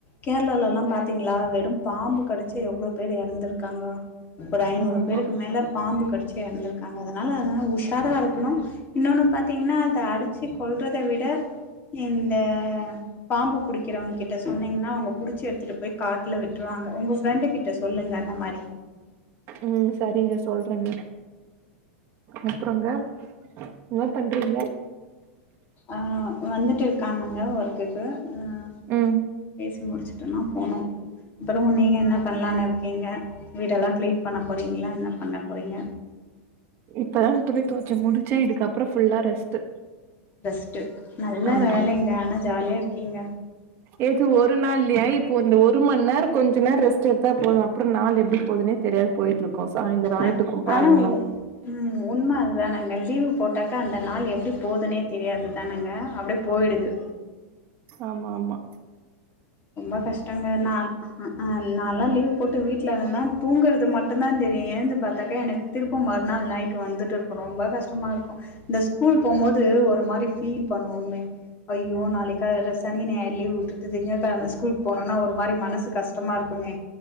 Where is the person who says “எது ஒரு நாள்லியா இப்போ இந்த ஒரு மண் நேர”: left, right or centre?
Right